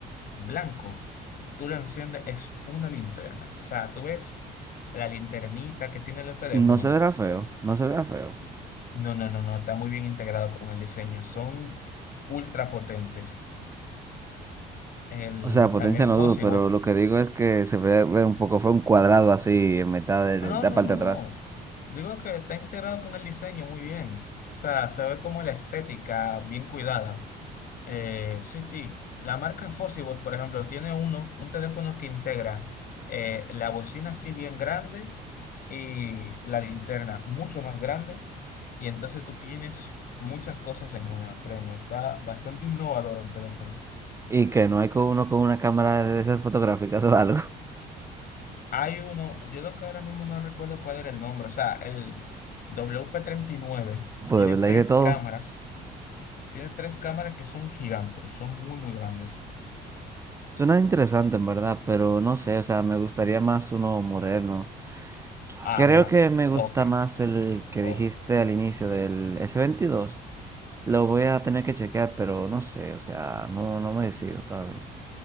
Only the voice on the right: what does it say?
No se verá feo, no se verá feo.
O sea, potencia
no
dudo, pero lo que digo es que se verá ver un poco fue un cuadrado así en mitad de,
de la
parte
de atrás.
Y que no hay con uno con una cámara de esas fotográficas o algo. <laughs>
Pues
de verdad
hay de todo.
Suena interesante en verdad, pero no sé, o sea, me gustaría más uno moderno.
Creo
que me gusta
más el que
dijiste al inicio del S22. Lo voy a tener que chequear, pero no sé, o sea, no, no me decido todavía.